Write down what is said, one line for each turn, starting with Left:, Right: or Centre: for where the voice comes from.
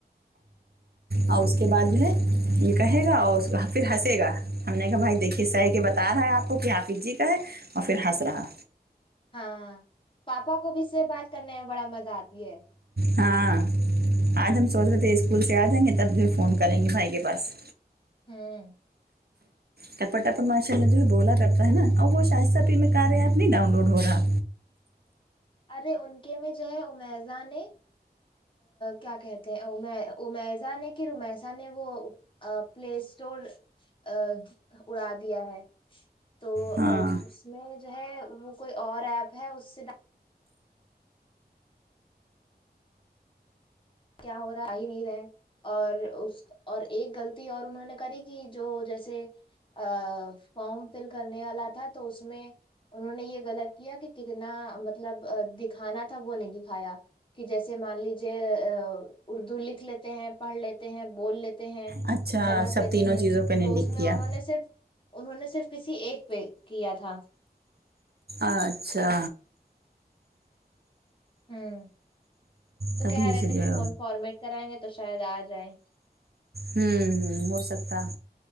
Right: اور اس کے بعد جو ہے یہ کہے گا اور اس پھر ہنسے گا ہم نے کہا بھائی دیکھیے سہ کہ بتا رہا ہے آپ کو کہ حافظ جی کا ہے اور پھر ہنس رہا
Left: ہاں پاپا کو بھی اس سے بات کرنے میں بڑا مزہ آتی ہے
Right: ہاں آج ہم سوچ رہے تھے اسکول سے آ جائیں گے تب بھی فون کریں گے بھائی کے پاس
Left: ہوں
Right: ٹپر ٹپر ماشاء اللہ جو ہے بولا کرتا ہے نا اور وہ شائستہ پہ کار ایپ نہیں ڈاؤن لوڈ ہو رہا
Left: ارے ان کے میں جو ہے امیزہ ہے کیا کہتے امیزا نے کہ امیسا نے ا وہ پلے اسٹور ا اڑا دیا ہے تو
Right: ہاں
Left: اس میں جو ہے وہ کوئی اور ایپ ہے اس سے کیا ہو رہا آ ہی نہیں رہ ہے اور اس اور ایک غلطی اور انہوں نے کری کہ جو جیسے ا فارم فل کرنے والا تھا تو اس میں انہوں نے یہ غلط کیا کہ کتنا مطلب دکھانا تھا وہ نہیں دکھایا کہ جیسے مان لیجیے اردو لکھ لیتے ہیں پڑھ لیتے ہیں بول لیتے ہیں
Right: اچھا
Left: سمجھ
Right: سب
Left: لیتے
Right: تینوں
Left: ہیں
Right: چیزوں پہ نہیں
Left: تو اس میں
Right: کیا
Left: انہوں نے صرف انہوں نے صرف کسی ایک پہ کیا تھا
Right: اچھا
Left: ہوں تو
Right: تبھی
Left: کہہ رہے
Right: سے
Left: تھے
Right: جو
Left: کہ
Right: ہے
Left: فون فارمیٹ کرائیں گے تو شاید آ جائ
Right: ہوں ام ہو سکتا